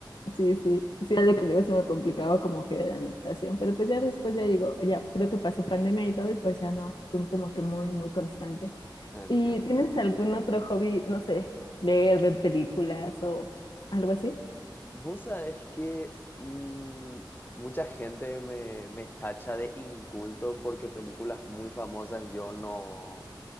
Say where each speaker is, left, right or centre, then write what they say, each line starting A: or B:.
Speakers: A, on the left (about 70°); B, on the left (about 25°).
A: Sí, sí, sí, algo que luego se me complicaba como que de la natación, pero pues ya después ya digo, ya creo que pasó pandemia y todo y pues ya no, fue como que muy, muy constante.
B: Entiendo,
A: ¿Y tienes
B: entiendo.
A: algún otro hobby, no sé, leer, ver películas o algo así?
B: Vos sabés que mm, mucha gente me, me tacha de inculto porque películas muy famosas yo no, O